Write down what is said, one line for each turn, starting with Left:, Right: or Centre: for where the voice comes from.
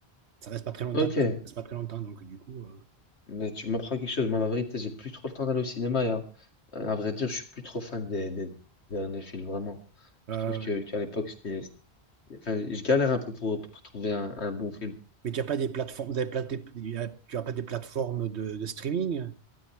Right: Ça reste pas très longtemps,
Left: Ok,
Right: le film, ça reste pas très longtemps, donc du coup. euh,
Left: mais tu m'apprends quelque chose, moi la vérité, j'ai plus trop le temps d'aller au cinéma. Et, à, à vrai dire, je suis plus trop fan des, des derniers films, vraiment.
Right: euh,
Left: Je trouve que qu'à l'époque, c'était... c'était- Enfin, je galère un peu pour, pour trouver un, un bon film.
Right: mais tu as pas des plateformes, vous avez plat- des- il y a- tu as pas des plateformes de, de streaming?